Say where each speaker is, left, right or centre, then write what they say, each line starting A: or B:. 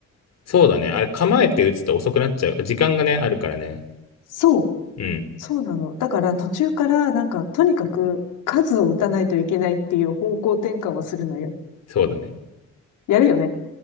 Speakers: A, on the left; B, on the left.
A: そうだね。あれ、構えて打つと遅くなっちゃう。時間がね、あるからね。
B: そう。
A: うん。
B: そうなの。だから、途中からなんか、とにかく数を打たないといけないっていう方向転換をするのよ。
A: そうだね。
B: やるよね。